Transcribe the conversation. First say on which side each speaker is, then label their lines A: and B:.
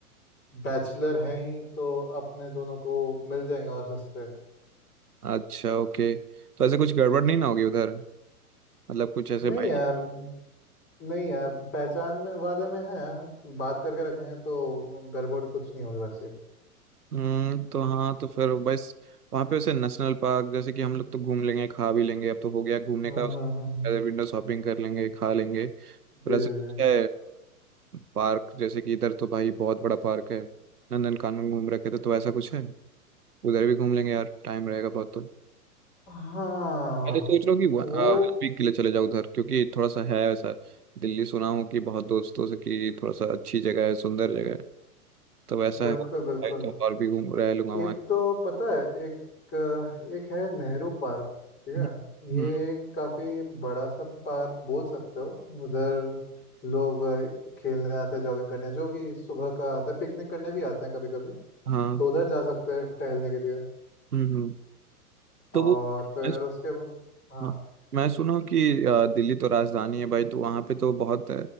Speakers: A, on the left (about 25°); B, on the right (about 75°).
A: बैचलर हैं ही तो अपने दोनों को मिल जाएंगे और सस्ते
B: अच्छा ओके तो ऐसे कुछ गड़बड़ नहीं ना होगी उधर मतलब कुछ ऐसे
A: नहीं
B: भाई
A: यार नहीं यार पहचान में वादे में है बात करके रखेंगे तो गड़बड़ कुछ नहीं होगी वैसे
B: हम्म तो हाँ तो फिर बस वहाँ पे वैसे नेशनल पार्क जैसे कि हम लोग तो घूम लेंगे खा भी लेंगे अब तो हो गया घूमने
A: हाँ
B: का
A: हाँ हाँ हाँ
B: विंडो शॉपिंग कर लेंगे खा लेंगे फिर
A: जी जी
B: ऐसे कुछ
A: जी
B: है पार्क जैसे कि इधर तो भाई बहुत बड़ा पार्क है नंदन कानन घूम रखे थे तो ऐसा कुछ है उधर भी घूम लेंगे यार टाइम रहेगा बहुत तो
A: हाँ
B: मैं तो सोच रहा हूँ कि वन
A: वो
B: वीक के लिए चले जाओ उधर क्योंकि थोड़ा सा है ऐसा दिल्ली सुना हूँ कि बहुत दोस्तों से कि थोड़ा सा अच्छी जगह है सुंदर जगह है तो वैसा
A: बिल्कुल
B: है
A: बिल्कुल
B: तो और भी घूम रह लूंगा वहाँ
A: एक तो पता है एक एक है नेहरू पार्क ठीक है
B: हम्म, हम्म,
A: ये काफी बड़ा सा पार्क बोल सकते हो उधर लोग खेलने आते हैं जॉगिंग करने जो कि सुबह का आता है पिकनिक करने भी आते हैं कभी कभी
B: हाँ
A: तो उधर जा सकते हैं टहलने के लिए
B: हम्म हम्म। तो
A: और
B: वो
A: फिर
B: मैं
A: उसके ब- हाँ
B: हाँ मैं सुना हूँ कि आ, दिल्ली तो राजधानी है भाई तो वहाँ पे तो बहुत आ,